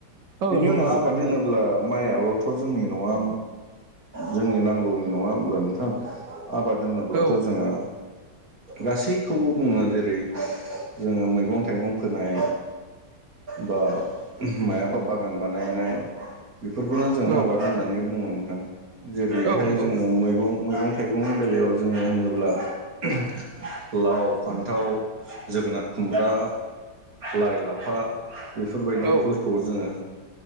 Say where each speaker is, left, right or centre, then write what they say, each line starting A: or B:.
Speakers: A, on the right; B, on the right.
A: औ
B: बिनि
A: नंगौ
B: उनाव
A: नोंथां
B: आबाद
A: थारैनो
B: होनोब्ला
A: नंगौ।
B: माइ आव थ' जोंनि नङा जोंनि नांगौनि नङा होमब्ला नोंथां अ आबाद होनोब्लाथ'
A: औ
B: जोङो गासैखौबो बुङो जेरै जोङो मैगं थाइगं फोनाय बा मायाबा ओ बागान बानायनाय बेफोरखौनो जों
A: औ
B: आबाद होननानै बुङो नोंथां जेरैहाय
A: औ नंगौ
B: जोङो
A: नोंथां
B: मैगं मैगं थाइगंनि बेलायाव जोङो होनोब्ला ओ लाव, फान्थाव, जोगोनार, खुमब्रा, लाइ, लाफा बेफोरबायदिफोरखौ
A: औ
B: जोङो